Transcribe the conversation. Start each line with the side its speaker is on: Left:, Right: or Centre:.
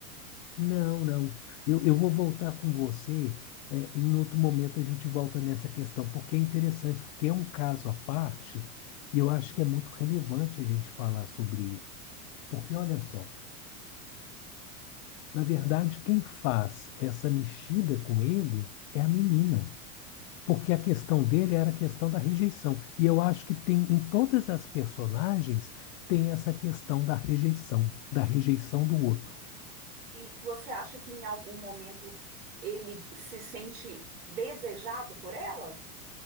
Left: não, não. Eu, eu vou voltar com você. é, em outro momento a gente volta nessa questão, porque é interessante, porque é um caso à parte, e eu
Right: Hum.
Left: acho que é muito relevante a gente falar sobre ele. Porque olha só, na verdade, quem faz essa mexida com ele é a menina. Porque a questão dele era a questão da rejeição. E eu acho que tem em todas as personagens tem essa questão da rejeição, da rejeição do outro.
Right: E você acha que em algum momento ele se sente desejado por ela?